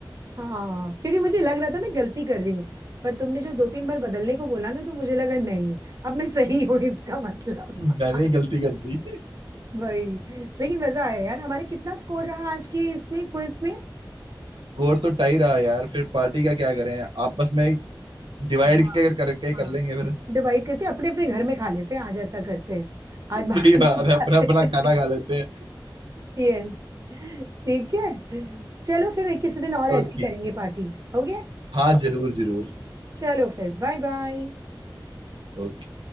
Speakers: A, on the right; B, on the right.
A: हाँ क्योंकि मुझे लग रहा था मैं गलती कर रही हूँ पर तुमने जब दो तीन बार बदलने को बोला ना तो मुझे लगा नहीं अब मैं सही हूँ इसका मतलब
B: मैंने
A: <laughs>
B: ही गलती कर दी
A: भाई लेकिन मजा आया यार हमारे कितना स्कोर रहा आज की इसमें क्विज में
B: स्कोर तो टाई रहा यार फिर पार्टी का क्या करें आपस में डिवाइड
A: हाँ
B: कर करके ही कर
A: हाँ
B: लेंगे फिर
A: डिवाइड करके अपने अपने घर में खा लेते हैं आज ऐसा करते हैं आज बाहर
B: सही
A: <laughs>
B: बात
A: में जाते
B: है अपना अपना
A: हैं
B: खाना खा लेते हैं
A: यस ठीक है चलो फिर किसी दिन और
B: तो
A: ऐसी
B: ठीक
A: करेंगे पार्टी ओके
B: हाँ जरूर जरूर
A: चलो फिर बाय बाय
B: ओके